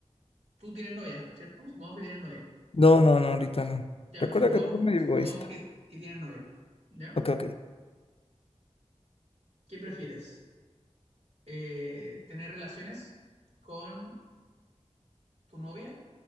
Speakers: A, on the right (about 65°); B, on the left (about 55°).
A: tú tienes novia, ¿cierto? Supongamos que tienes novia.
B: no, no, no, ahorita no,
A: Ya,
B: recuerda
A: pero supongamos,
B: que soy medio
A: supongamos
B: egoísta,
A: que, que tienes novia. ¿Ya?
B: ok, ok,
A: ¿Qué prefieres? Eh, ¿tener relaciones con tu novia